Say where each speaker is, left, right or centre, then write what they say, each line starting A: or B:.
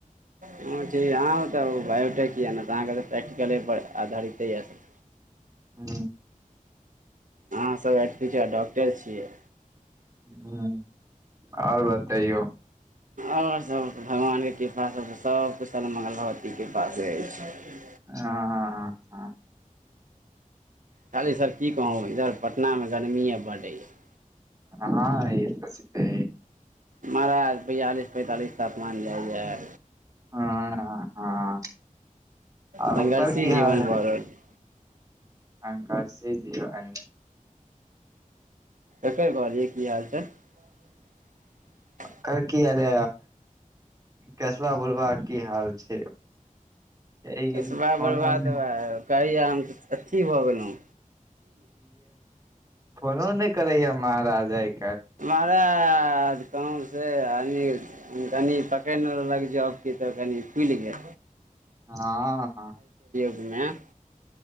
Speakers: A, on the right; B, on the right.
A: हँ ठीक आहउ तऽ बायोटेक यए ने तऽ अहाँकेँ तऽ प्रैक्टिकलेपर आधारिते यए <inaudible>
B: हँ
A: अहाँसभ एच डॉक्टर छियै
B: ह आओर बतैयो
A: आओर सब भगवानके कृपा स सब सब कुशल मगल भगवतीक कृपा स अछि
B: हँ ह हँ हँ
A: कहली सर की कहू इधर पटना मे गर्मिए बढ़ आईं
B: हँ ई छै
A: महाराज बियालिस पैंतालिस तापमान जाइ हए
B: हँ हँ आ
A: संघर्षी
B: ओकर की
A: जीवन
B: हाल
A: भऽ रहल छै
B: अकार से दऔ
A: एकर कहलिय की हाल छै <unintelligible>
B: कर की अरे कसबा बोलबा की हाल छै छै
A: रसबा
B: फोन
A: बुढ़वा
B: उन
A: तऽएह कहैयै हम तऽ अथी भऽ गेलहुँ
B: फोनो न करैय महाराजा एक
A: महराज कहू से आदमी कनि पकड़िने रहलक जब कि तऽ कनि फुलि गेल
B: हँ
A: मे